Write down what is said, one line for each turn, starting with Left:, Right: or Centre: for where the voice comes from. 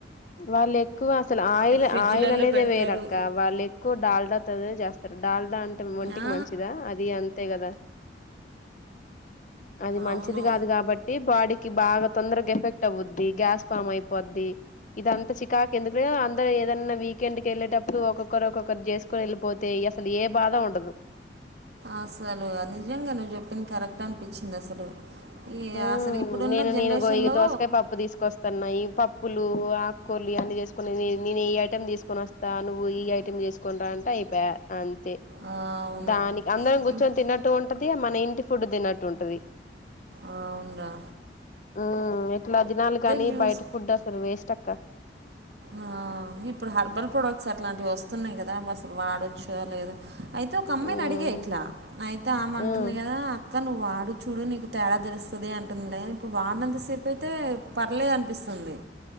Left: వాళ్ళు ఎక్కువ అసలు ఆయిల్
Right: ఫ్రిడ్జ్లలో
Left: ఆయిల్ అనేది
Right: పెడతారు
Left: వేరక్క వాళ్ళ ఎక్కువ డాల్డ తోనే జ డాల్డా అంటే ఒంటికి
Right: ఆ,
Left: మంచిదా అది అంతే కదా అది మంచిది
Right: అవును
Left: కాదు కాబట్టి బాడీ కి బాగా తొందరగా ఎఫెక్ట్ అవద్ది గ్యాస్ ఫామ్ అయిపోద్ది ఇదంత చికాకి ఎందుకనే అందరు ఏదన్నా వీకెండ్కి వెళ్ళేటప్పుడు ఒక్కొక్కరు ఒక్కొక్కరు చేసుకొని వెళ్ళిపోతే అసలు ఏ బాధ ఉండదు
Right: అసలు నిజంగా నువ్వు చెప్పింది కరెక్ట్ అనిపించింది అసలు ఈ
Left: ఉ
Right: అసలు ఇప్పుడున్న
Left: నేను
Right: జనరేషన్లో
Left: నేను గ ఈ దోసకాయ పప్పు తీసుకొస్తన్నా ఈ పప్ ప్పులు ఆకుకూరలు ఇవన్నీ చేసుకుని నేను ఏ ఐటమ్ తీసుకుొని వస్తా నువ్వు ఈ ఐటమ్ తీసుకుని రా అంటే అయిపా అన్ తే
Right: ఆ, అవును
Left: దానికి అందరం కూర్చొని
Right: ఇం-
Left: తిన్నట్టు ఉంటది మన ఇంటి ఫుడ్ తిన్నట్టు ఉంటది
Right: అవును రా
Left: ఉ ఇట్లా దినాలు గాని
Right: జ్యూస్
Left: బయట ఫుడ్ అసలు వేస్ట్ అక్క
Right: ఆ ఇప్పుడు హర్బల్ ప్రొడక్ట్స్ అట్లాంటివి వస్తున్నాయి కదా అసలు వాడొచ్చ లేదా అయితే ఒక అమ్మాయిని
Left: ఉమ్
Right: అడిగా ఇట్లా అయితే ఆమె అంటుంది
Left: ఉమ్
Right: కదా కా నువ్ వాడు చూడు నీకు తేడా తెలుస్తది అంటుంది కానీ ఇప్పుడు వాడినంత సేపు అయితే పర్లేదు అనిపిస్తుంది